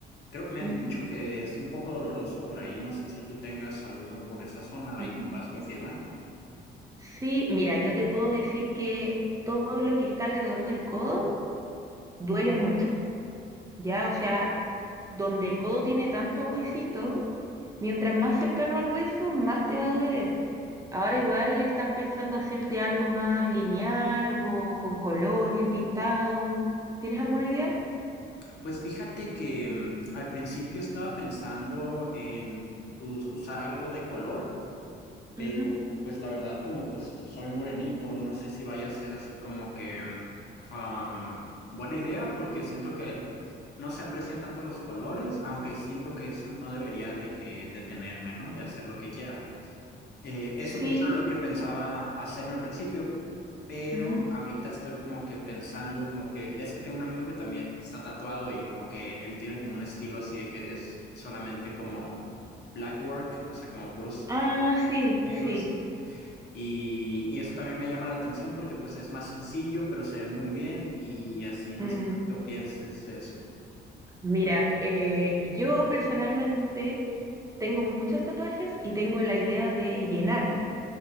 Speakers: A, on the left; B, on the right.
A: Creo, me han
B: Ujú,
A: dicho que es un poco doloroso por ahí. No sé si tú tengas alguno por esa zona
B: ujú.
A: y puedas confirmar.
B: Sí, mira, yo te puedo decir que todo lo que está alrededor del codo duele mucho. Ya, o sea, donde el codo tiene tanto huesito, mientras más cercano al hueso, más te va a doler. Ahora igual estás pensando hacerte algo más lineal o con color, bien pintado. ¿Tienes alguna idea?
A: Pues fíjate que mm, al principio estaba pensando en us- usar algo de color Pero
B: Ujú.
A: pues la verdad, como pues soy morenito, no sé si vaya a ser así como que ah, buena idea porque siento que no se aprecian tanto los colores, aunque siento que eso no debería de que detenerme, ¿no? De hacer lo que quiera. Eh, eso,
B: Sí.
A: eso es lo que pensaba hacerme al principio, pero
B: ujú.
A: ahorita estoy como que pensando, como que es que tengo un amigo que también está tatuado y como que él tiene como un estilo así de que es solamente como black work, o sea, como puros
B: Ah, sí,
A: negros.
B: sí.
A: Y, y eso también me llama la atención porque pues es más sencillo, pero se ve muy bien y así no
B: Mm,
A: sé tú qué pienses de eso,
B: Mira, eh, yo personalmente tengo muchos tatuajes y tengo la idea de llenarme.